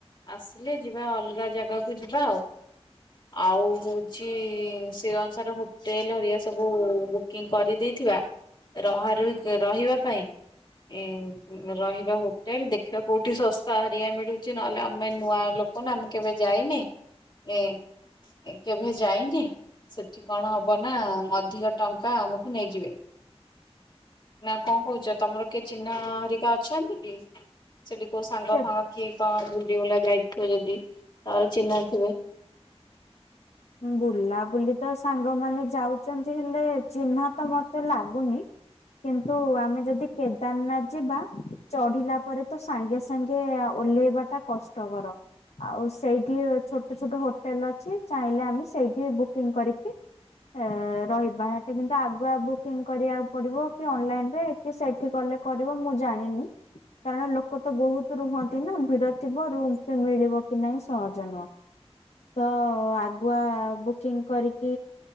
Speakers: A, on the left; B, on the left.
A: ଆସିଲେ ଯିବା ଅଲଗା ଜାଗାକୁ ଯିବା ଆଉ। ଆଉ ହଉଚି ସେ ଅନୁସାରେ ହୋଟେଲ ହରିକା ସବୁ ବୁକିଂ କରିଦେଇଥିବା। ରହା ରୁହି କ ରହିବା ପାଇଁ। ଏ ରହିବା ହୋଟେଲ ଦେଖିବା କୋଉଠି ଶସ୍ତା ହରିିକା ମିଳୁଚି ନହେଲେ ଆମେ ନୂଆ ଲୋ କ ନା ଆମେ କେବେ ଯାଇନେ। ଏ କେଭେ ଯାଇନେ। ସେଠି କଣ ହବ ନା ଅଧିକ ଟଙ୍କା ଆମଠୁ ନେଇଯିବେ। ନା କଣ କହୁଚ ତମର କିଏ ଚିହ୍ନା ହରିକା ଅଛନ୍ତି କି? ସେଠି କୋଉ ସାଙ୍ଗ
B: ସେ
A: ଫାଙ୍ଗ କି କଣ ବୁଲି ବୁଲା ଯାଇଥିବ ଯଦି ତାହେଲେ ଚିହ୍ନା ଥିବେ।
B: ବୁଲା ବୁଲି ତ ସାଙ୍ଗମାନେ ଯାଉଚନ୍ତି ହେଲେ ଚିହ୍ନା ତ ମତେ ଲାଗୁନି କିନ୍ତୁ ଆମେ ଯଦି କେଦାରନାଥ ଯିବା ଚଢିଲା ପରେ ତ ସାଙ୍ଗେ ସାଙ୍ଗେ ଓହ୍ଲେଇବା ଟା କଷ୍ଟକର। ଆଉ ସେଇଠି ଛୋଟ ଛୋଟ ହୋଟେଲ ଅଛି ଚାହିଁଲେ ଆମେ ସେଇଠି ବୁକିଂ କରିକି ଏ ରହିବା ଏଠି କିନ୍ତୁ ଆଗୁଆ ବୁକିଂ କରିବାକୁ ପଡିବ କି ଅନଲାଇନ ରେ କି ସେଇଠି କଲେ କରିବ ମୁଁ ଜାଣିନି। କାରଣ ଲୋକ ତ ବହୁତ ରୁହନ୍ତି ନା ଭିଡ ଥିବ ରୁମ ବି ମିଳିବ କି ନାହିଁ ସହଜ ନୁହଁ। ତ ଆ ଆଗୁଆ ବୁକିଂ କରିକି